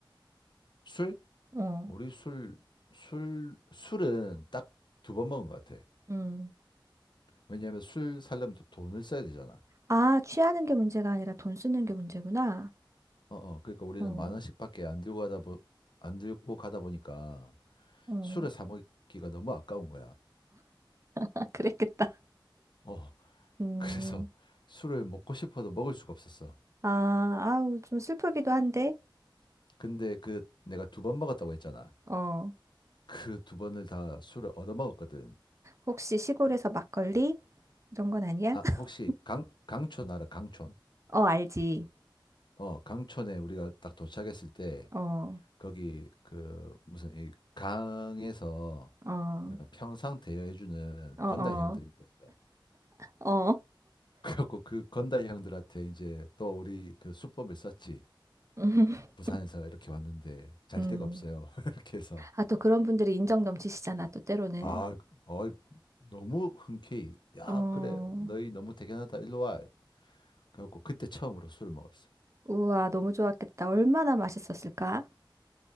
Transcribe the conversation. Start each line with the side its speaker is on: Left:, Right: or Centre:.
Left: 술?
Right: 어,
Left: 우리 술, 술, 술은 딱 두 번 먹은 것 같아.
Right: 음.
Left: 왜냐하면 술 사려면 또 돈을 써야 되잖아.
Right: 아, 취하는 게 문제가 아니라 돈 쓰는 게 문제구나.
Left: 어, 어, 그러니까 우리는
Right: 어, 어.
Left: 만 원씩밖에 안 들고 가다 보, 안 들고 가다 보니까
Right: <laughs>
Left: 술을 사 먹기가 너무 아까운 거야.
Right: 아, 그랬겠다.
Left: 어, <laughs>
Right: 음.
Left: 그래서 술을 먹고 싶어도 먹을 수가 없었어.
Right: 아, 아우, 좀 슬프기도 한데.
Left: 근데 그 내가 두 번 먹었다고 했잖아.
Right: 어,
Left: 그 두 번을 다 술을 얻어 먹었거든.
Right: 혹시 시골에서 막걸리? 이런 건 아니야?
Left: 아,
Right: <laughs>
Left: 혹시 강, 강촌 알아? 강촌?
Right: 어, 알지.
Left: 어, 강촌에 우리가 딱 도착했을 때
Right: 어,
Left: 거기 그 무슨 이 강에서
Right: 어,
Left: 이런 평상 대여해주는
Right: 어, 어,
Left: 건달 형들이 있었어.
Right: 어.
Left: <laughs> 그래갖고 그 건달 형들한테 이제 또 우리 그 수법을 썼지.
Right: <laughs>
Left: 부산에서 이렇게 왔는데 잘
Right: 음.
Left: 데가 없어요. <laughs> 이렇게 해서
Right: 아, 또 그런 분들이 인정 넘치시잖아, 또 때로는.
Left: 아, 어, 너무 흔쾌히 야
Right: 어.
Left: 그래 너희 너무 대견하다 일로 와. 그래갖고 그때 처음으로 술을 먹었어.
Right: 우와, 너무 좋았겠다. 얼마나 맛있었을까?